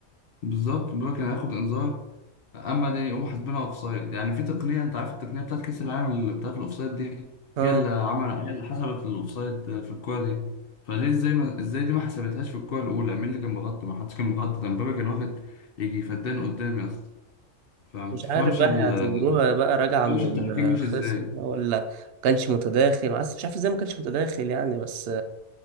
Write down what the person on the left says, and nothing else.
بالظبط الباب كان هياخد انذار اما دي يقوموا حاسبينها اوفسايد يعني في تقنيه انت عارف التقنيه بتاعت كاس العالم اللي بتاعت الاوفسايد دي
هي اللي عمل هي اللي حسبت الاوفسايد في الكوره دي فليه ازاي ما... ازاي دي ما حسبتهاش في الكوره الاولى مين اللي كان مغطي ما حدش كان مغطي ده مبابي كان واخد يجي فدان قدامي اصلا فما
تفهمش
ال...
ما
تفهمش
التحكيم
مش ازاي